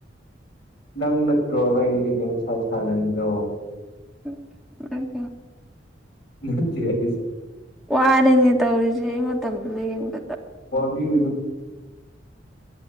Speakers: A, on the left (about 65°); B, in the centre.
A: ꯅꯪ ꯅꯠꯇ꯭ꯔꯣ ꯑꯩ ꯑꯩꯒ ꯉꯁꯥꯢ ꯁꯥꯟꯅꯔꯤꯗꯣ
B: <unintelligible>
A: ꯅꯠꯇꯦ ꯢꯁ
B: ꯋꯥꯔꯦꯅꯦ ꯇꯧꯔꯤꯖꯦ ꯑꯩ ꯃꯇꯝ ꯂꯦꯟꯕꯗ
A: ꯎꯏꯒꯅꯨ